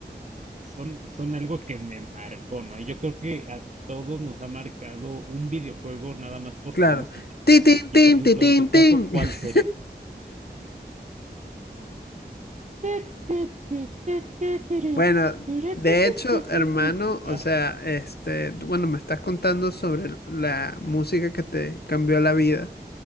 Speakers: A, on the right; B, on the left.
A: es- son, son algo que me marcó, ¿no? Y yo creo que a todos nos ha marcado un videojuego nada más por
B: Claro.
A: su música.
B: Tin, tin,
A: Y
B: tin,
A: por ejemplo,
B: ti, tin,
A: en tu caso,
B: tin.
A: ¿cuál
B: <laughs>
A: sería? <laughs>
B: Bueno, de hecho, hermano,
A: Ajá.
B: o sea, este, tú- bueno, me estás contando sobre la música que te cambió la vida.